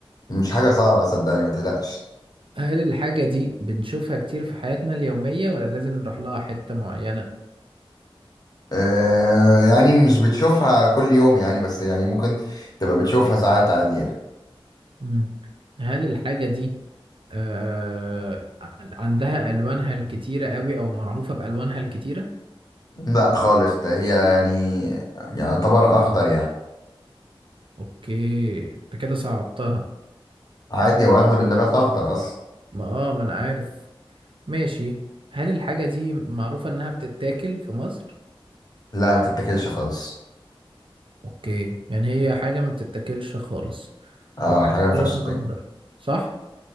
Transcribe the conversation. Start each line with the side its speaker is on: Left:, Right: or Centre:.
Left: مش حاجة صعبة صدقني ما تقلقش
Right: هل الحاجة دي بنشوفها كتير في حياتنا اليومية ولا لازم نروح لها حتة معينة؟
Left: أه يعني مش بتشوفها كل يوم يعني بس يعني ممكن تبقى بتشوفها ساعات عادية
Right: مم. هل الحاجة دي آه عندها ألوانها الكتيرة قوي أو معروفة بألوانها الكتيرة؟
Left: لا خالص ده هي يعني يعتبر أخضر يعني
Right: أوكي أنت كده صعبتها
Left: عادي وأغلب النبات أخضر أصلا
Right: ما آه ما أنا عارف ماشي هل الحاجة دي معروفة إنها بتتاكل في مصر؟
Left: لا ما تتاكلش خالص
Right: أوكي يعني هي حاجة ما بتتاكلش خالص
Left: اه
Right: وحاجة
Left: حاجة ما ينفعش
Right: لونها
Left: تتاكل
Right: أخضر صح؟